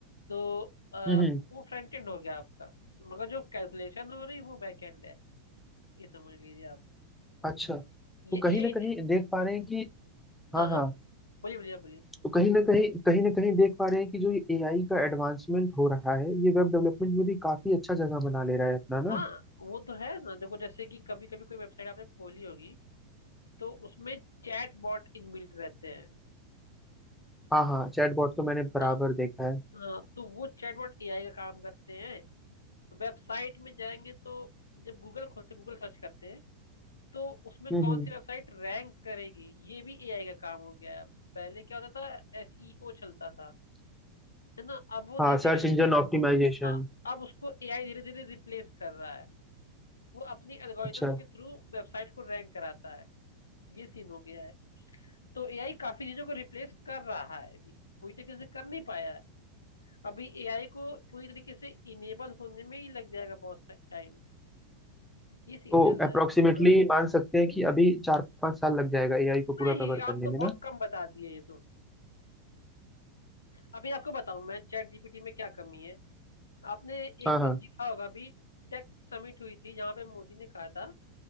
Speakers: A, on the left (about 70°); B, in the centre.
A: तो आ,
B: हम्म हम्म।
A: वो फ्रंट एंड हो गया आपका मगर जो कैलकुलेशन हो रही वो बैक एंड है ये समझ लीजिए आप
B: अच्छा तो
A: ये
B: कहीं
A: ये
B: ना कहीं देख पा रहे हैं कि हाँ
A: हाँ हाँ
B: हाँ
A: बोलिए बोलिए आप बोलिए
B: तो कहीं ना कहीं कहीं ना कहीं देख पा रहे हैं कि जो ये एआई का एडवांसमेंट हो रहा है ये वेब डेवलपमेंट में भी काफी अच्छा जगह बना ले रहा है अपना
A: हाँ
B: ना
A: वो तो है ना देखो जैसे कि कभी कभी कोई वेबसाइट आपने खोली होगी तो उसमें चैट बॉट इनबिल्ट रहते हैं
B: हाँ हाँ चैटबॉट तो मैंने बराबर
A: हाँ
B: देखा है
A: हाँ तो वो चैट बॉट एआई का काम करते हैं वेबसाइट में जाएंगे तो जब गूगल खोलते गूगल सर्च करते हैं तो उसमें
B: हम्म
A: कौन
B: हम्म
A: सी वेबसाइट रैंक करेगी ये भी एआई का काम हो गया है अब। पहले क्या होता था एसईओ चलता था है ना अब वो धीरे
B: हाँ सर्च इंजन
A: धीरे
B: ऑप्टिमाइजेशन
A: हाँ अब उसको एआई धीरे धीरे रिप्लेस कर रहा है वो अपनी एल्गोरिदम्स
B: अच्छा
A: के थ्रू वेबसाइट को रैंक कराता है ये सीन हो गया है तो एआई काफी चीजों को रिप्लेस कर रहा है अभी पूरी तरीके से कर नहीं पाया है अभी एआई को पूरी तरीके से इनेबल होने में ही लग जाएगा बहुत टाइम ये सीन
B: तो
A: चल रहा
B: अप्रोक्सीमेटली
A: है हाँ,
B: मान सकते हैं कि अभी चार पांच साल लग जाएगा एआई को पूरा
A: नहीं
B: कवर
A: आप
B: करने
A: तो
B: में
A: बहुत
B: ना
A: कम बता दिए ये तो अभी आपको बताऊं मैं चैट जीपीटी में क्या कमी है आपने
B: हाँ
A: एक
B: हाँ
A: देखा होगा अभी टेक समिट हुई थी जहां पे मोदी ने कहा था